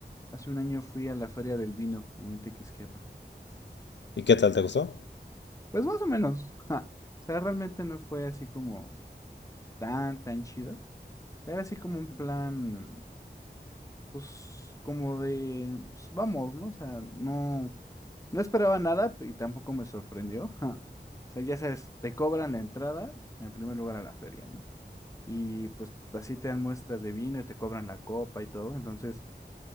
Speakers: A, on the left; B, on the left.
A: hace un año fui a la Feria del Vino en Tequisquiapan.
B: ¿Y qué tal te gustó?
A: Pues más o menos, <laughs> ja. O sea, realmente no fue así como tan, tan chido. Era así como un plan pues como de, pues, vamos, ¿no? O sea, no, no esperaba nada y tampoco me sorprendió. <laughs> ja. O sea, ya sabes, te cobran la entrada en primer lugar a la feria, ¿no? Y pues así te dan muestras de vino y te cobran la copa y todo. Entonces,